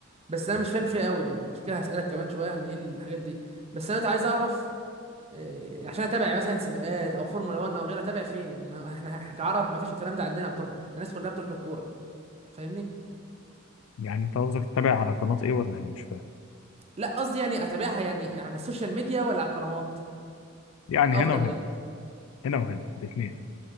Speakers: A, on the right; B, on the left.
A: بس انا
B: تمام
A: مش فاهم فيها قوي برضه عشان كده هسألك كمان شوية عن ايه الحاجات دي بس انا عايز اعرف إيه، عشان اتابع مثلا سباقات او فورمولا 1 او غيرها اتابع فين من ما احنا إحنا كعرب ما فيش الكلام ده عندنا يعتبر الناس كلها بتروح للكورة فاهمني
B: يعني أنت قصدك تتابع على قناة إيه ولا إيه مش فاهم
A: لا قصدي يعني اتابعها يعني على السوشيال ميديا ولا على القنوات
B: يعني
A: الافضل
B: هنا وهنا
A: يعني
B: هنا وهنا الاتنين